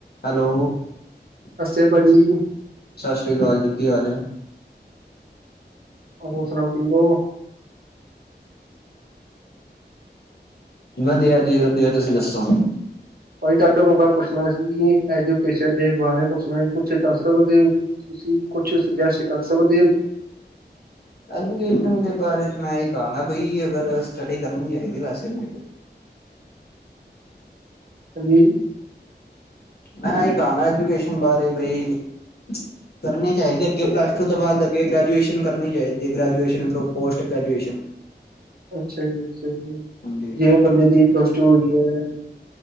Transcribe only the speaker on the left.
Hello,
ਸ਼ਸ਼ੀ
ਕਾਲ ਜੀ, ਕੀ ਹਾਲ ਏ।
ਵਧੀਆ ਜੀ, ਵਧੀਆ ਤੁਸੀਂ ਦੱਸੋ।
ਐਜੂਕੇਸ਼ਨ ਦੇ ਬਾਰੇ ਮੈਂ ਇਹ ਕਹਾਂਗਾ ਬਈ ਅਗਰ ਸਟੱਡੀ ਕਰਨੀ ਚਾਹੀਦੀ ਵੈਸੇ ਤੇ
ਮੈਂ ਇਹੀ ਕਹਾਂਗਾ, ਐਜੂਕੇਸ਼ਨ ਬਾਰੇ ਬਈ
ਕਰਨੀ ਚਾਹੀਦੀ, ਅੱਗੇ ਪਲੱਸ ਟੂ ਤੋਂ ਬਾਅਦ ਅੱਗੇ ਗ੍ਰੈਜੂਏਸ਼ਨ ਕਰਨੀ ਚਾਹੀਦੀ ਐ ਗ੍ਰੈਜੂਏਸ਼ਨ ਪੋਸਟ ਗ੍ਰੈਜੂਏਸ਼ਨ
ਹਾਂਜੀ